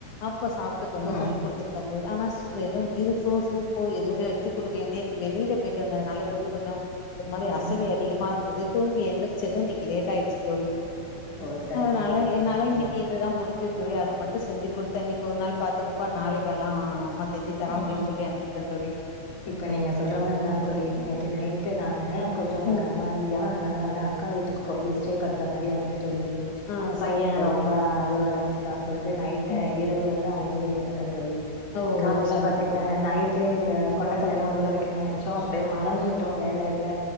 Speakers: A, on the left (about 70°); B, on the left (about 30°).
A: அப்ப சாப்ட்டக்கு வந்து
B: ம்
A: சொல்லி் குடுத்துருக்கன் ஓ ஆனா ஸ் எதுவும் ஜூசோ சூப்போ எதுவுமே வச்சி குடுக்கல நேத்து வெளியில போயிட்டு வந்ததுனால தோழி கொஞ்சம் ஒரு மாரி
B: ம்
A: அசதி அதிகமா இருந்தது தூங்கி எந்தரிச்சது இன்னிக் லேட்டா ஆயிருச்சி தோழி
B: ஓ சரிங்க
A: அதனால
B: தோழி
A: என்னால
B: சரிங்க
A: இன்னைக்கு
B: தோழி
A: இதுதா முடிஞ்ச தோழி அத மட்டும் செஞ்சி குடுத்த இன்னைக்கு ஒரு நாள் பாத்துக்கப்பா நாளைக்கு எல்லாம் ஆ அம்மா செஞ்சு தரோ
B: ம்
A: அப்டின்னு சொல்லி அனுப்பிட்டே தோழி
B: இப்ப நீங்க சொல்ற மாரிதா தோழி நேத்து நைட்டு நானு கொஞ்சம் அங்க
A: ம்
B: கருமாதியா அதனால வல் ல அக்கா வீட்டுக்கு போயி ஸ்டே பண்ற மாரி ஆயிட்டு தோழி
A: ஆ சரிங்க
B: பையன்
A: தோழி
B: ரொம்ப அழுவ ஆரம்பிச்சிட்டான்னு சொல்ட்டு நைட்டு
A: ம்
B: இரவு வந்து அங்கே இருத்துட்டன் தோழி
A: ஓ
B: காலையில
A: ஓ சரிங்க
B: பாத்தீங்கன்னா
A: தோழி
B: நைட்டே இந்த கொண்டக்கல்லலா ஊற வைக்கணும்னு நெனச்சோம் அப்டே மறந்துட்டோம் வேல இதுல